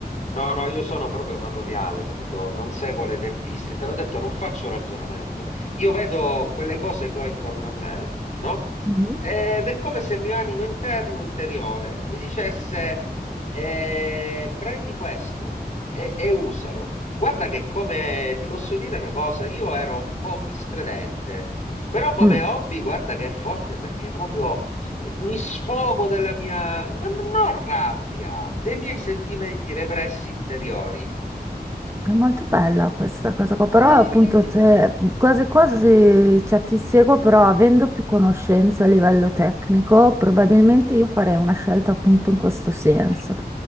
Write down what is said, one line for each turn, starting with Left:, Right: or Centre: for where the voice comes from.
Left: No, no, io sono proprio amatoriale, capito? Non seguo le tempistiche. Te l'ho detto, non faccio ragionamento. Io vedo quelle cose che ho intorno a me, no?
Right: Mhm.
Left: Ed è come se il mio animo interno, interiore, mi dicesse, eh, prendi questo e, e usalo. Guarda che come, ti posso dire una cosa, io ero un po' miscredente, però come
Right: Mm.
Left: hobby, guarda che è forte perché proprio mi sfogo della mia, non, non ho rabbia, dei miei sentimenti repressi interiori.
Right: È molto bella questa cosa qua, però
Left: Sì.
Right: appunto se quasi quasi cioè, ti seguo, però avendo più conoscenza a livello tecnico, probabilmente io farei una scelta appunto in questo senso.
Left: Eh,